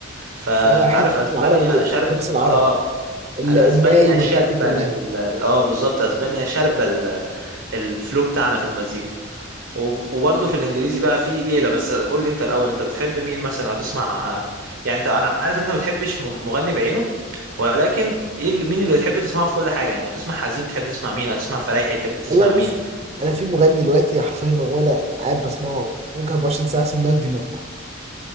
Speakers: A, on the right; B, on the right.
A: فانت
B: فحته
A: عارف اسبانيا
B: العربي
A: شرب
B: التراث العربي
A: اه
B: ال-
A: الاسبانيا
B: الناي والحاجات
A: شاربه
B: دي كلها
A: ال- اه بالظبط اسبانيا شاربه ال- الفلو بتاعنا في المزيكا وب- وبرضه في الانجليزي بقى في ليله بس قول لي انت الاول انت بتحب مين مثلا لو تسمع يعني انت انا عارف ان انت ما بتحبش م- مغني بعينه ولكن ايه اللي مين اللي تحب تسمعه في كل حاجه يعني لو تسمع حزين تحب تسمع مين لو تسمع فرايحي تحب تسمع
B: والله بص
A: مين
B: انا في مغني دلوقتي حرفيا وانا قاعد بسمعه ممكن 24 ساعه اسمه مجدي ماركو